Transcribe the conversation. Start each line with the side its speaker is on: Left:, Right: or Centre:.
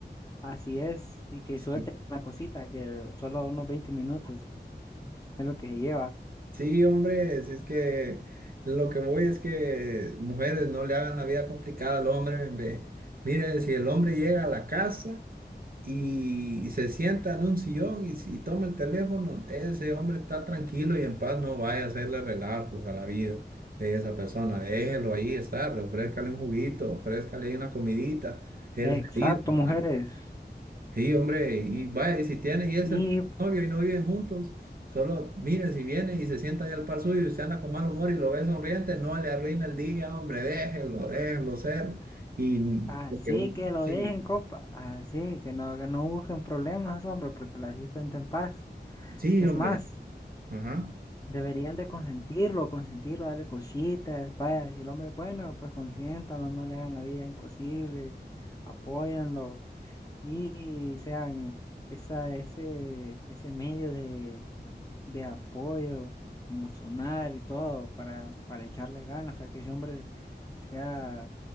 Left: así es. Y que
Right: Sí,
Left: suelten la cosita, que solo unos 20 minutos es lo que se lleva.
Right: sí, hombre, si es que lo que voy es que mujeres no le hagan la vida complicada al hombre. ve. Mire, si el hombre llega a la casa. y se sienta en un sillón y, si toma el teléfono, ese hombre está tranquilo y en paz, no vaya a hacerle relajos a la vida de esa persona, déjelo ahí estar, ofrézcale un juguito, ofrézcale una comidita, él
Left: Exacto,
Right: feliz.
Left: mujeres.
Right: ¿verdad? Sí, hombre, y vaya, y si tiene y es
Left: Y
Right: el novio y no viven juntos, solo mire si viene y se sienta ahí al par suyo y usted anda con mal humor y lo ve sonriente, no le arruina el día, hombre, déjelo, déjelo ser. Y
Left: así
Right: porque, un-
Left: que lo
Right: sí,
Left: dejen, compa. Así que no, que no busquen problemas, hombre, porque la fiesta entra en paz.
Right: sí,
Left: Es
Right: hombre,
Left: más,
Right: ajá.
Left: deberían de consentirlo, consentirlo, darle cositas. Vaya, si el hombre es bueno, pues consiéntalo, no le hagan la vida imposible, apóyanlo y sean esa, ese, ese medio de de apoyo emocional y todo para, para echarle ganas, para que ese hombre sea,